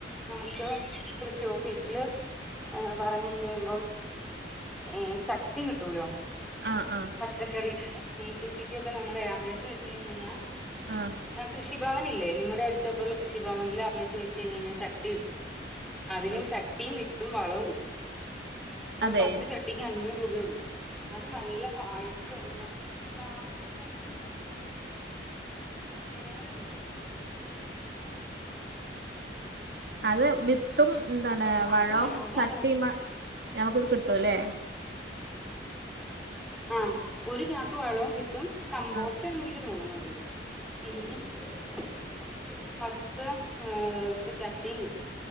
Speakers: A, in the centre; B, on the right.
A: നമുക്ക് കൃഷി ഓഫീസില് ഏർ പറഞ്ഞു കഴിയുമ്പം ഏഹ് ചട്ടി കിട്ടൂലോ?
B: ആഹ് ആഹ്
A: പച്ചക്കറി <unintelligible> കൃഷിക്കൊക്കെ നമ്മളപേക്ഷ വെച്ച് കഴിഞ്ഞ് കഴിഞ്ഞാ
B: ആഹ്
A: കൃഷിഭവനില്ലേ? നിങ്ങടെ അടുത്തൊക്കെ ഉള്ള കൃഷിഭവനില് അപേക്ഷ വെച്ച് കഴിഞ്ഞ് കഴിഞ്ഞാ ചട് ടി കിട്ടും. അതിനും
B: ആഹ്
A: ചട്ടീം വിത്തും വളവും കിട്ടും. അപ്പ
B: അതെ
A: പത്ത് ചട്ടിക്ക് അഞ്ഞൂറ് രൂപയേ ഉള്ളൂ. അത് നല്ല ക്വാളിറ്റി ഉള്ള പ്ലാസ്റ്റിക് കണ്ടെയ്നറല്ല. വേറെന്തോ
B: അത് വിത്തും പിന്നെ
A: അപ്പം
B: വളോം
A: അത് വേ അതാണ്
B: ചട്ടീമാ നമുക്കത് കി ട്ടും ല്ലേ?
A: ആഹ് ഒരു ചാക്ക് വളോം കിട്ടും കമ്പോസ്റ്റാന്നെനിക്ക്
B: ആഹ്
A: തോന്നണത്, <unintelligible> ഫസ്റ്റ് ക്ലാസ് ആഹ് ചട്ടീം കിട്ടും